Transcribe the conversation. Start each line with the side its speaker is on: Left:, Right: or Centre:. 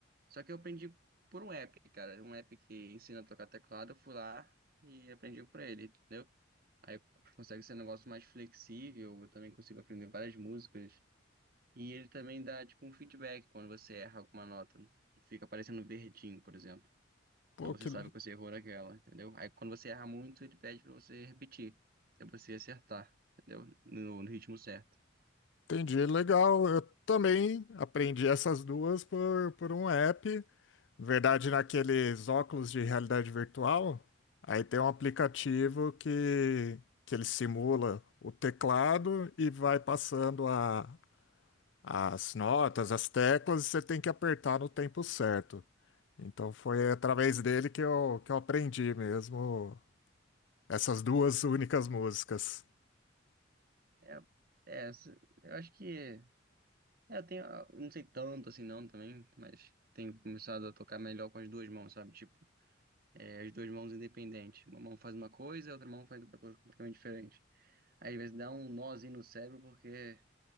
Right: Só que eu aprendi por um app, cara. Um app que ensina a tocar teclado, eu fui lá e aprendi por ele, entendeu? Aí consegue ser um negócio mais flexível, eu também consigo aprender várias músicas E ele também dá tipo um feedback quando você erra alguma nota, que fica aparecendo verdinho, por exemplo.
Left: Pô,
Right: Então você
Left: que
Right: sabe que você errou naquela, entendeu? Aí quando você erra muito, ele pede pra você repetir, pra você acertar, entendeu? No, no ritmo certo.
Left: entendi, legal. Eu também aprendi essas duas por, por um app. Na Verdade, naqueles óculos de realidade virtual, aí tem um aplicativo que, que ele simula o teclado e vai passando a- as notas, as teclas, e você tem que apertar no tempo certo. Então foi através dele que eu, que eu aprendi mesmo Essas duas únicas músicas.
Right: É, é, essa- eu acho que é, eu tenho, eu não sei tanto assim não também, mas tenho começado a tocar melhor com as duas mãos, sabe? Tipo, é, as duas mãos independentes. Uma mão faz uma coisa, a outra mão faz outra coisa completamente diferente. Aí às vezes dá um nozinho no cérebro porque